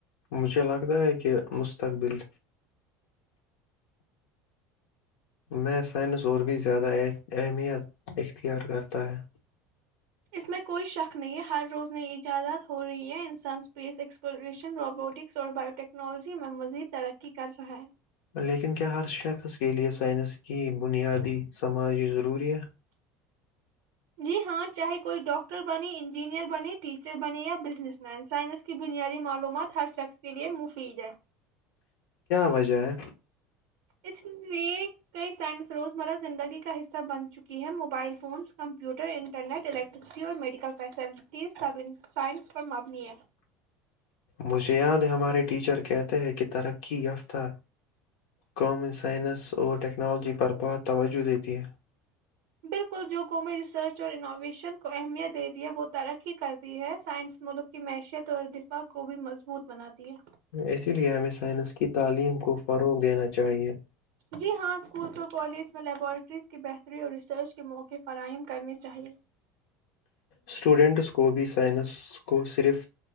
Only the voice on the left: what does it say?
مجھے لگتا ہے کہ م مستقبل میں سائنس اور بھی زیادہ اہمیت اختیار کرتا ہے
لیکن کیا ہر شک ہے کے لیے س سائنس کی بنیادی سماجی ضرورت
وائی جائے ہے
مجھے یاد ہے ہمارے ٹیچر کہتے ہیں کنے ترقی یافتہ کامن سائنس اور ٹیکنالوجی پر بہت توجہ دیتی ہے
اسی لیے ہمیں سائنس کی تعلیم کو فروغ دینا چاہیے
اسٹوڈنٹس کو بھی، سائنس کو صرف